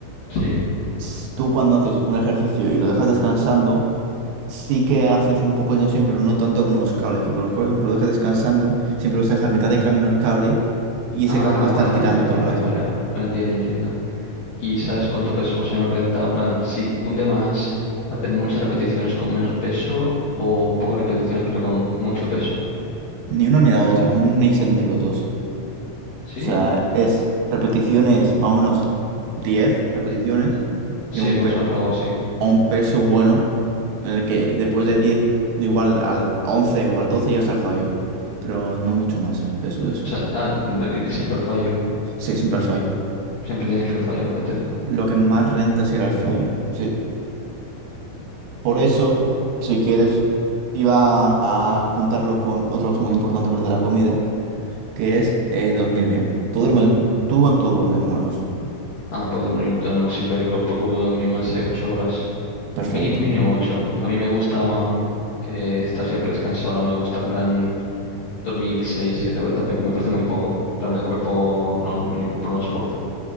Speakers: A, on the left; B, on the right.
A: sí.
B: s- tú cuando haces un ejercicio y lo dejas descansando, sí que haces un poco de tensión, pero no tanto como los cables, porque los cables, aunque lo dejes descansando, siempre vas a dejar mitad de camino el cable y ese
A: Ah,
B: cable va a estar
A: vale,
B: tirando
A: vale,
B: todo
A: vale,
B: el rato.
A: vale. va- Entiendo, entiendo. y sabes cuánto peso más o menos renta. En plan, si cunde más hacer muchas repeticiones con menos peso o pocas repeticiones pero con mucho peso.
B: Ni una ni la otra, un mix entre los dos.
A: ¿Sí?
B: O sea, es repeticiones más o menos 10 repeticiones
A: Sí,
B: y un,
A: más
B: pe-
A: o menos algo así.
B: a un peso bueno, en el que después de 10 igual al 11 o al 12 ya está el fallo, pero no mucho más peso de eso.
A: O sea, ah, ir siempre al fallo.
B: Sí, siempre al fallo.
A: Siempre tienes que ir al fallo, entiendo.
B: Lo que más renta será el fallo. Sí. Por eso, si quieres, iba a juntarlo con otra cosa muy importante aparte de la comida, que es eh, dormir bien. Tú duermes, tú cuánto duermes más o menos.
A: Ah, pues dormir más siempre co- procuro dormir más de 8 horas.
B: Perfecto.
A: Mínimo, mínimo ocho A mí me gusta ma- eh, estar siempre descansado. No me gusta, en plan, dormir seis 7 horas. Me, me parece muy poco. En plan, el cuerpo no, mi cuerpo no lo soporta.